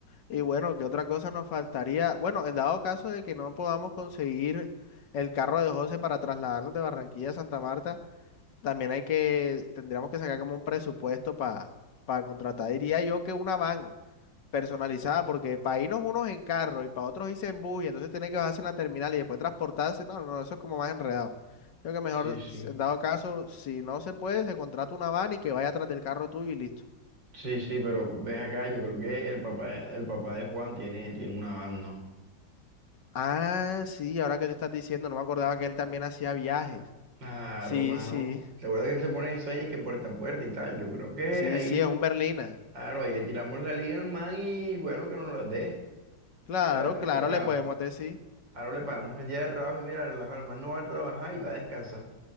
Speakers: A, on the left; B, on the right.
A: Y bueno, ¿qué otra cosa nos faltaría? Bueno, en dado caso de que no podamos conseguir el carro de José para trasladarnos de Barranquilla a Santa Marta, también hay que, tendríamos que sacar como un presupuesto para para contratar, diría yo que una van. personalizada, porque para irnos unos en carro y para otros irse en bus, y entonces tiene que bajarse en la terminal y después transportarse, no, no, eso es como más enredado. Creo que mejor,
B: Sí, sí,
A: si- en dado caso, si no se puede, se contrata una van y que vaya atrás del carro tuyo y listo.
B: sí, sí, pero ven acá, yo creo que el papá, el papá de Juan tiene, tiene una van, ¿no?
A: Ah, sí, ahora que te estás diciendo, no me acordaba que él también hacía viajes.
B: Claro,
A: Sí,
B: mano,
A: sí,
B: recuerda que él se pone eso ahí de que puerta a puerta y tal, yo creo que
A: sí,
B: ahí,
A: sí, es un berlina.
B: claro, ahí le tiramos la liga al man y bueno, que nos la dé,
A: Claro,
B: o sea, le, pa-
A: claro,
B: le pagamos,
A: le podemos decir.
B: ahora le pagamos el día de trabajo y mira, relaja, el man no va a trabajar y va a descansar.